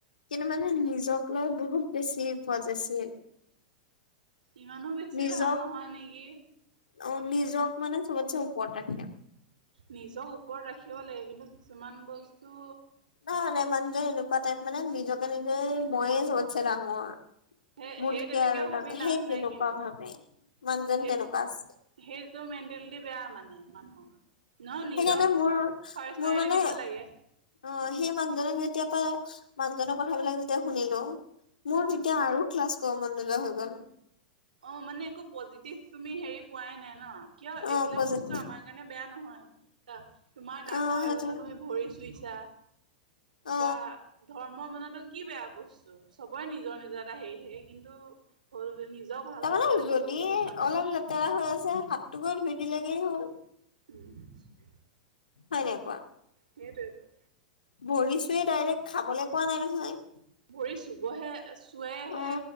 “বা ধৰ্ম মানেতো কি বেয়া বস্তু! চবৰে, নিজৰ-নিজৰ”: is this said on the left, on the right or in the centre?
Right